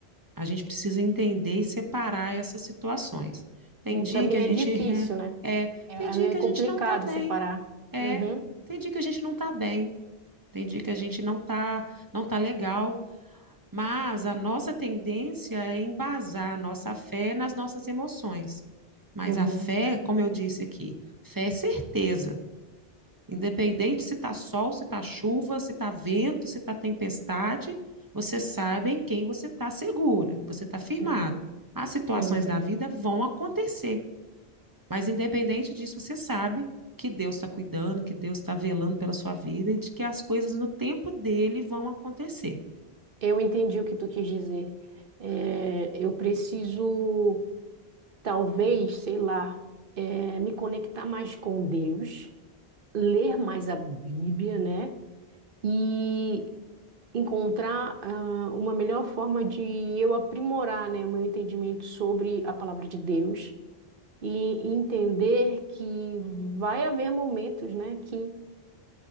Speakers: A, on the right; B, on the right.
A: A gente precisa entender e separar essas situações. Tem dia
B: Para mim
A: que
B: é
A: a gente
B: difícil,
A: <laughs>
B: né?
A: é, é,
B: É,
A: tem dia
B: é meio
A: que a
B: complicado
A: gente não está bem,
B: separar.
A: é,
B: Uhum,
A: tem dia que a gente não está bem, tem dia que a gente não está não tá legal. Mas a nossa tendência é embasar a nossa fé nas nossas emoções. Mas
B: uhum.
A: a fé, como eu disse aqui, fé é certeza. Independente se está sol, se está chuva, se está vento, se está tempestade, você sabe em quem você está seguro, você está firmado.
B: Não,
A: As situações
B: eu entendi.
A: da vida vão acontecer, mas independente disso, você sabe que Deus está cuidando, que Deus está velando pela sua vida e de que as coisas no tempo dele vão acontecer.
B: Eu entendi o que tu quis dizer. É, eu preciso, talvez, sei lá, é, me conectar mais com Deus, ler mais a Bíblia, né? E encontrar, ah, uma melhor forma de eu aprimorar, né, o meu entendimento sobre a palavra de Deus e entender que vai haver momentos, né, que